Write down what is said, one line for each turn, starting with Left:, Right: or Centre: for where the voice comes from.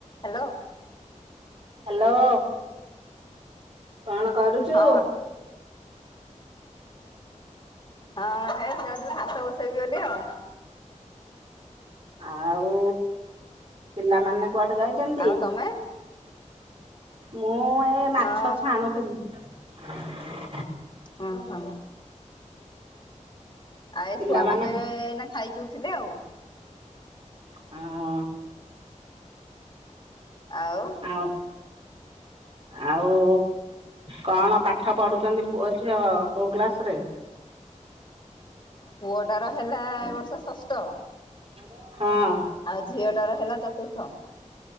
Left: Hello.
Right: Hello କଣ କରୁଚୁ?
Left: ହଁ ହଁ ହେ ଯାଉଥିଲି ଭାତ ବସେଇବି ବୋଲି ଆଉ।
Right: ଆଉ ପିଲାମାନେ କୁଆଡ଼େ ଯାଇ କେମିତି
Left: ଆଉ ତମେ
Right: ମୁଁ ଏ ମାଛ
Left: ହଁ
Right: ଛାଣୁଥିଲି। <inaudible>
Left: ଓହୋ। ଆ ଏଇ
Right: ପିଲାମାନେ
Left: ଛୁଆମାନେ ଏନା ଖାଇକି ଉଠଥିଲେ ଆଉ।
Right: ହଁ।
Left: ଆଉ
Right: ଆ
Left: <inaudible>
Right: ଆଉ କଣ ପାଠ ପଢୁଚନ୍ତି ପୁଅ ଝିଅ କୋଉ କ୍ଲାସରେ?
Left: ପୁଅଟାର ହେଲା ଏ ବର୍ଷ ଷଷ୍ଠ।
Right: ହଁ।
Left: ଆଉ ଝିଅ ଟାର ହେଲା ଚତୁର୍ଥ।